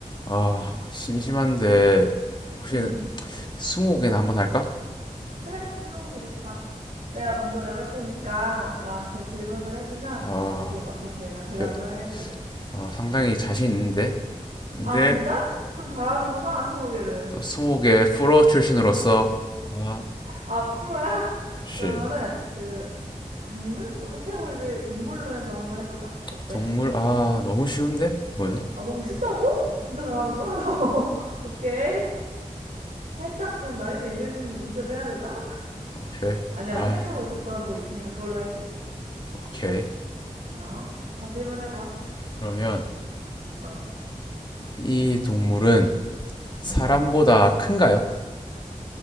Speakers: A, on the left; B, on the right.
A: 아, 심심한데 혹시
B: 음,
A: 스무고개나 한번 할까?
B: 그래, 스무고기 좋다. 내가 먼저 내볼 테니까 나한테 질문을 해주면
A: 아,
B: 거기에 맞춰서 내가 대답을
A: 오케이.
B: 할게.
A: 아, 상당히 자신 있는데. 근데
B: 아, 진짜? 좀 잘하는구나, 스무고개를.
A: 또 스무고개 프로 출신으로서 아,
B: 아, 프로야? <laughs>
A: 씨.
B: 그러면은 그, 그 장르? 뭐 카테고리를 동물로 해서 한번 해보자. 어때?
A: 동물 아, 너무 쉬운데? 이거는?
B: 아, 너무 쉽다고? 너 진짜 잘하는구나, 너. <laughs> 오케이. 살짝 그럼 난이도 있는 문제를 해야 되나?
A: 오케이.
B: 아니야,
A: 아,
B: 생각하고 있었던 거 있으니까 그걸로 할게.
A: 오케이.
B: 어, 자, 질문해봐.
A: 그러면
B: 어,
A: 이 동물은 사람보다
B: 음.
A: 큰가요?